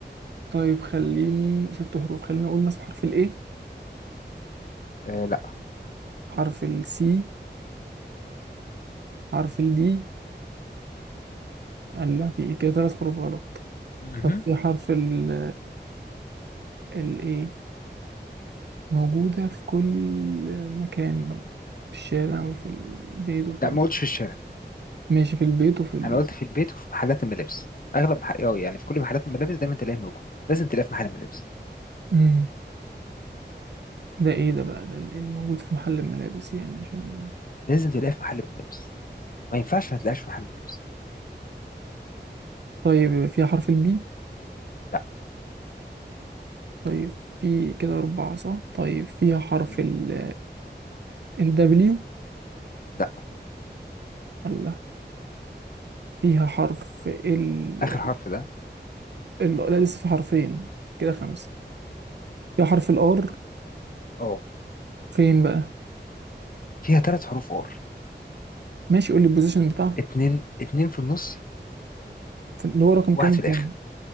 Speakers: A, on the right; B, on the left.
A: طيب خليني ست حروف خليني أقول مثلا حرف الإيه
B: آه، لا
A: حرف السي حرف الدي لا في إيه كده ثلاث حروف غلط
B: مهم.
A: طب في حرف ال ال A موجودة في كل مكان في الشارع وفي البيت وفي
B: لا
A: ال...
B: ما قلتش في الشارع
A: ماشي في البيت وفي ال...
B: انا قلت في البيت وفي محلات الملابس اغلب مح... أو يعني في كل محلات الملابس دايما تلاقيه موجود لازم تلاقيه في محل ملابس
A: مم. ده ايه ده بقى ده اللي موجود في محل الملابس يعني عشان يبقى
B: لازم تلاقيه في محل ملابس ما ينفعش ما تلاقيهاش في محل ملابس
A: طيب فيها حرف البي
B: لا
A: طيب في كده أربعة صح طيب فيها حرف
B: مم.
A: ال الدبليو
B: لا
A: الله فيها حرف ال
B: اخر حرف ده
A: ال لا لسه في حرفين كده خمسة فيها حرف الار
B: اه
A: فين بقى
B: فيها ثلاث حروف ار
A: ماشي قول لي البوزيشن بتاعها
B: اتنين اتنين في النص
A: في- اللي هو رقم
B: واحد
A: كام وكام
B: في الاخر